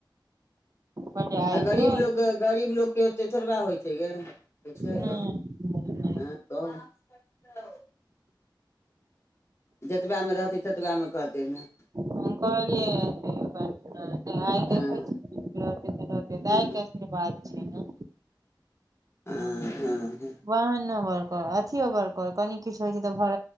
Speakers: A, on the right; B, on the left.
A: कहलियै आइ
B: आ गरीब
A: जो
B: लोकके, गरीब लोकके एतेक थोड़बे होइ छैय गै, होइछैय
A: नहि
B: क। <unintelligible> जेतबएमे रहतै ततबएमे करतै ने।
A: हम कहलियै <unintelligible> आइ
B: हँ
A: देखै छियै रहतै त रहतै, दाय
B: हँ
A: के आशीर्वाद छैय ने।
B: हँ
A: ह वेह ने। अथियो बड़ कनि किछ होइ छैय त